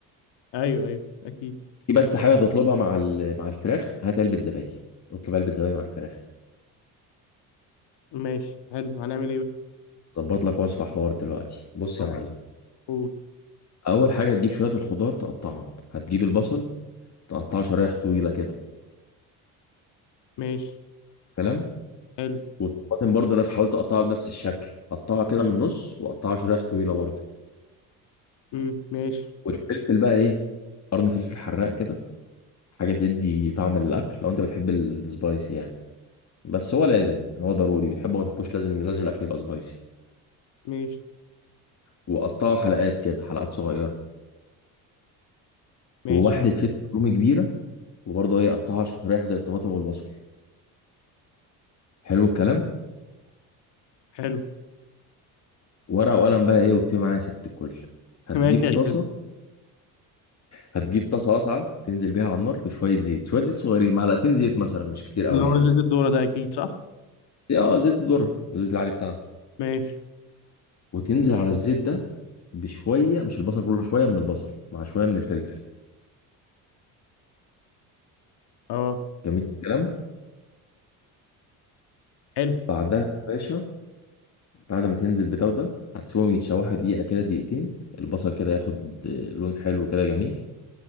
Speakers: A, on the left; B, on the left.
A: ايوه ايوه اكيد
B: في بس حاجه هتطلبها مع ال- مع الفراخ هات علبه زبادي اطلب علبه زبادي مع الفراخ
A: ماشي حلو هنعمل ايه بقى
B: ظبط لك وصفه حوار دلوقتي بص
A: تمام.
B: يا معلم
A: قول
B: اول حاجه تجيب شويه الخضار تقطعهم هتجيب البصل تقطعه شرايح طويله كده
A: ماشي
B: كلام
A: حلو
B: والطماطم برضه انا حاولت اقطعها بنفس الشكل قطعها كده من النص وقطعها شرايح طويله برضه
A: امم ماشي
B: والفلفل بقى ايه قرن فلفل حراق كده حاجة تدي طعم للأكل لو أنت بتحب السبايسي يعني بس هو لازم يعني هو ضروري بتحبه ما تحبوش لازم لازم الأكل يبقى سبايسي
A: ماشي
B: وقطعها حلقات كده حلقات صغيرة
A: ماشي
B: وواحدة فلفل رومي كبيرة وبرضه إيه قطعها شرايح زي الطماطم والبصل حلو الكلام
A: حلو
B: ورقة وقلم بقى إيه واكتبي معايا يا ست الكل
A: <laughs>
B: هتجيب
A: ماشي يا
B: طاسة
A: حلو
B: هتجيب طاسة واسعة تنزل بيها على النار بشوية زيت شوية زيت صغيرين معلقتين زيت مثلا مش كتير قوي
A: اللي هو
B: يعني
A: زيت الذرة ده اكيد صح
B: اه زيت الذرة الزيت العادي بتاعنا
A: ماشي
B: وتنزل على الزيت ده بشوية مش البصل كله شوية من البصل مع شوية من الفلفل
A: اه
B: جميل الكلام
A: حلو
B: بعدها يا باشا بعد ما تنزل بده وده هتسيبهم يتشوحوا دقيقة كده دقيقتين البصل كده ياخد آه، لون حلو كده جميل